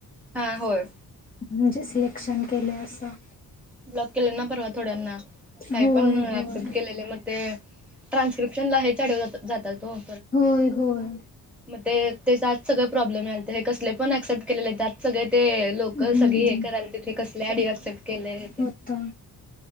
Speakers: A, in the centre; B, on the left.
A: हा होय.
B: म्हणजे सिलेक्शन केलय असं
A: ब्लॉक केले ना परवा थोड्यांना काय
B: होय
A: पण
B: होय
A: ऍक्सेप्ट केलेले मग ते ट्रान्स्क्रिप्शनला हेच ओडिओ जात जातात ओ-
B: होय होय.
A: म ते त्याचत सगळे प्रॉब्लेम यालते हे कसले पण ऍक्सेप्ट केलेले त्यात सगळे ते लोक
B: हम्म
A: सगळी हे करालती हे कसले ओडीओ एक्सेप्ट केलेत.
B: होता.